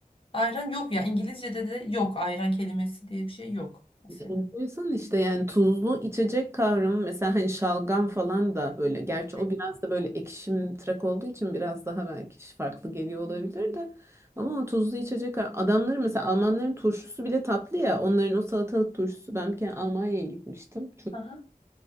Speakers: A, on the left; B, on the right.
A: ayran yok ya İngilizce'de de yok ayran kelimesi diye bir şey yok mesela.
B: Enteresan işte yani tuzlu içecek kavramı mesela hani şalgam falan da böyle gerçi
A: Evet.
B: o biraz da böyle ekşim tırak olduğu için biraz daha belki farklı geliyor olabilir de ama o tuzlu içecek adamları mesela Almanların turşusu bile tatlı ya onların o salatalık turşusu ben bir kere Almanya'ya gitmiştim
A: Aha.